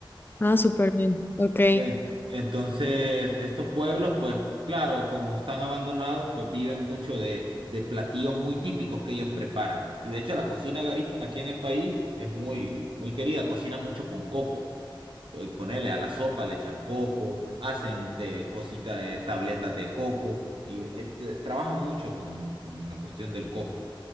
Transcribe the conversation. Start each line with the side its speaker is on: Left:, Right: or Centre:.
Left: Ah, súper bien. Ok.
Right: Ent- Entonces, estos pueblos, pues claro, como están abandonados, pues viven mucho de, de platillos muy típicos que ellos preparan. Y de hecho, la cocina garífuna aquí en el país es muy, muy querida, cocinan mucho con coco eh, ponerle a la sopa, le echan coco, hacen te- cositas, de tabletas de coco, y eh, te- trabajan mucho con, con la cuestión del coco.